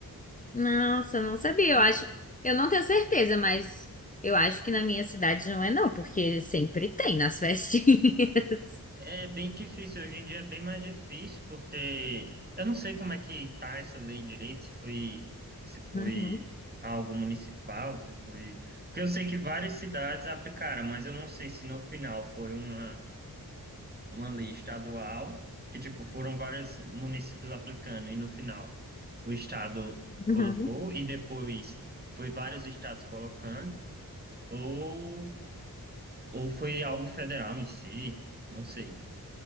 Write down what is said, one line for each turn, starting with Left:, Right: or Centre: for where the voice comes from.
Left: Nossa, eu não sabia. Eu acho, eu não tenho certeza, mas eu acho que na minha cidade não é não, porque sempre tem nas festinhas. <laughs>
Right: é bem difícil, hoje em dia é bem mais difícil, porque eu não sei como é que tá essa lei direito, se foi, se foi
Left: Uhum,
Right: algo municipal, se foi. Porque eu sei que várias cidades aplicaram, mas eu não sei se no final foi uma, uma lei estadual, que tipo, foram vários municípios aplicando, e no final. o estado colocou
Left: uhum.
Right: e depois foi vários estados colocando, ou, ou foi algo federal em si, não sei.